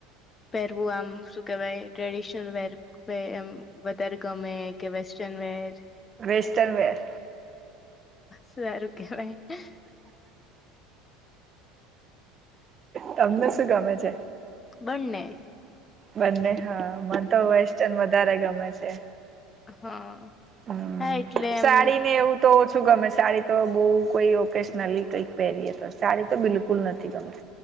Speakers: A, on the left (about 25°); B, on the right (about 35°).
A: પહેરવું આમ શું કેવાય ટ્રેડિશનલ વેર પે એમ વધારે ગમે કે વેસ્ટર્ન વેર
B: વેસ્ટર્ન વેર
A: સારું કેવાય.
B: તમને શું ગમે છે?
A: બંને.
B: બંને હા મને તો વેસ્ટન વધારે ગમે છે.
A: હ હા
B: હમ
A: એટલે એમ
B: સાડી ને એવું તો ઓછું ગમે સાડી તો બો કોઈ ઓકેશનલી કંઈક પહેરીએ તો સાડી તો બિલકુલ નથી ગમ <inaudible>